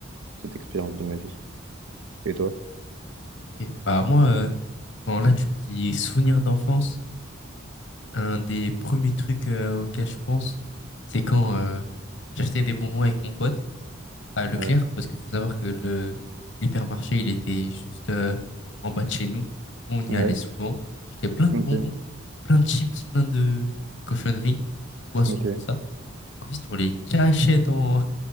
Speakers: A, on the right (about 75°); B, on the left (about 60°).
A: cette expérience de ma vie. Et toi?
B: Ok. Bah moi, euh, quand là, tu me dis souvenirs d'enfance, un des premiers trucs euh, auxquels je pense, c'est quand euh, j'achetais des bonbons avec mon pote. à Leclerc
A: Ouais,
B: parce qu'il faut savoir que le l'hypermarché, il était juste euh, en bas de chez nous. On y
A: ouais,
B: allait souvent. J'étais plein de
A: ok,
B: bonbons, plein de chips, plein de cochonneries, poissons,
A: ok,
B: tout ça. Ensuite, on les cachait dans,